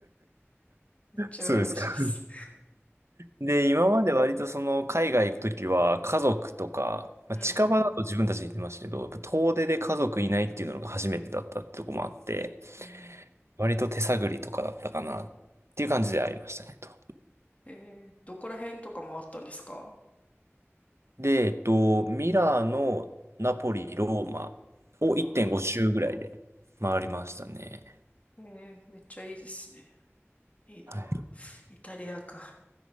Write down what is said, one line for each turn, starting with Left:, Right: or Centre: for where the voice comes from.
Left: い。<laughs> めっちゃ羨ましいです。
Right: そうですか。で、今まで割とその、海外行くときは、家族とか、まあ、
Left: <laughs> うん。
Right: 近場だと自分たちで行ってましたけど、やっぱ遠出で家族いないっていうのが初めてだったってとこもあって、
Left: うん。
Right: 割と手探りとかだったかなっていう感じでありましたね、と。
Left: えー、どこら辺とかもあったんですか
Right: で、えっと、ミラーのナポリ、ローマを1.5周ぐらいで回りましたね。
Left: あ、えー、めっちゃいいですね。いいな。
Right: はい
Left: イタリアか。